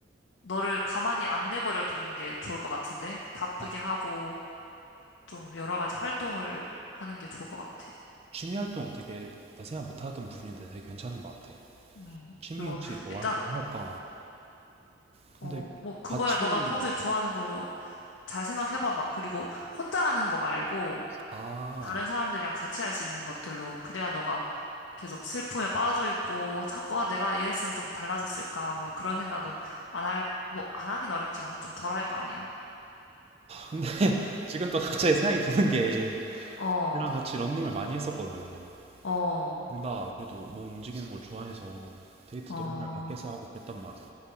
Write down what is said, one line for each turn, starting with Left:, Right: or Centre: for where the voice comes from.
Left: 너를 가만히 안 내버려 두는 게 좋을 것 같은데? 바쁘게
Right: 아,
Left: 하고, 좀 여러 가지 활동을 하는 게 좋을 것 같아.
Right: 취미 활동 되게 나 생각 못 하던 부분인데 되게 괜찮은 것 같아.
Left: 음.
Right: 취미
Left: 그리고
Right: 혹시 뭐,
Left: 일단,
Right: 할- 뭐 할까? 근데
Left: 어, 뭐, 그거야
Right: 같이,
Left: 너가 평소에 좋아하는 걸로 잘 생각해봐봐. 그리고 혼자 하는 거 말고,
Right: 아,
Left: 다른 사람들이랑 같이 할 수 있는 것들로 그래야 너가 계속 슬픔에 빠져 있고 자꾸 아, 내가 이랬으면 좀 달라졌을까 뭐 그런 생각은 안 할, 뭐 안 하긴 어렵지만 좀 덜 할 거 아니야.
Right: 근데 <laughs> 지금 또 갑자기
Left: 응.
Right: 생각이 드는 게
Left: 어,
Right: 걔랑 같이 런닝을 많이 했었거든.
Left: 어,
Right: 둘 다 그래도 몸 움직이는 걸 좋아해서 데이트도
Left: 어,
Right: 맨날 밖에서 하고 그랬단 말이야.